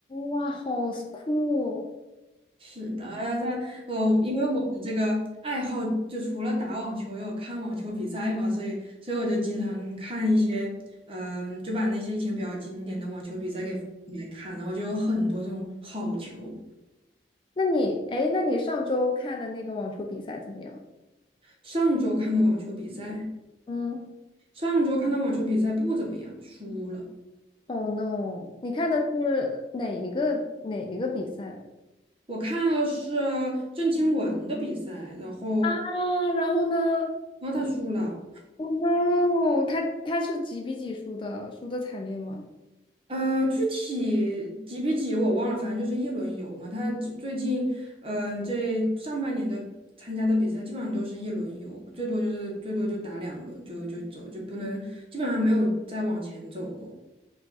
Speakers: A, on the left; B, on the right.
A: 哇，好酷！
B: 是的，呃他我因为我的这个爱好，就除了打网球，也有看网球比赛嘛，所以所以我就经常看一些，嗯、就把那些以前比较经典的网球比赛给翻出来看，然后就有很多这种好球。
A: 那你，哎，那你上周看的那个网球比赛怎么样？
B: 上周看的网球比赛，
A: 嗯
B: 上周看的网球比赛不怎么样，输了。
A: ，Oh no！你看的是哪一个哪一个比赛
B: 我看了是郑钦文的比赛，然后
A: 啊？然后呢
B: 然后他输了。
A: ？Oh no！他他是几比几输的？输的惨烈吗？
B: 呃，具体几比几我忘了，反正就是一轮游嘛。他最最近，嗯、这上半年的参加的比赛基本上都是一轮游，最多就是最多就打两轮就就走，就不能基本上没有再往前走过。